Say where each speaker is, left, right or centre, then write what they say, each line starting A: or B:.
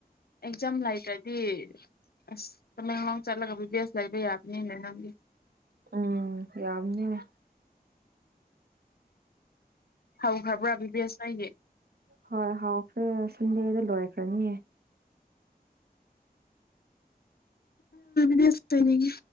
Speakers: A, on the left (about 70°); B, on the right (about 75°).
A: ꯑꯦꯛꯖꯥꯝ ꯂꯩꯇ꯭ꯔꯗꯤ ꯑꯁ ꯇꯃꯦꯡꯂꯣꯡ ꯆꯠꯂꯒ ꯕꯤ ꯕꯦꯖ ꯂꯩꯕ ꯌꯥꯕꯅꯤ ꯃ ꯅꯪꯒꯤ
B: ꯎꯝ ꯌꯥꯝꯅꯤꯅꯦ
A: ꯍꯧꯈ꯭ꯔꯕ꯭ꯔꯥ ꯕꯤ ꯕꯤ ꯑꯦꯁ ꯅꯣꯏꯒꯤ
B: ꯍꯔ ꯍꯥꯎꯥꯎ ꯐꯔ ꯁꯤꯟꯗꯗ ꯂꯣꯏ ꯈ꯭ꯔꯅꯤꯌꯦ
A: ꯗꯤꯁꯇꯅꯤꯒꯤ